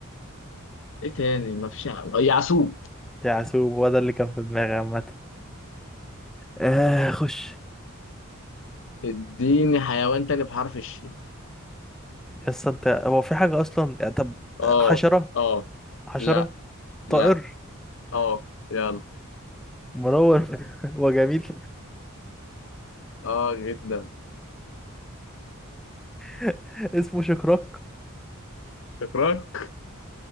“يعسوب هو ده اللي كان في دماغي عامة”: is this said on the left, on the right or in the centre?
Centre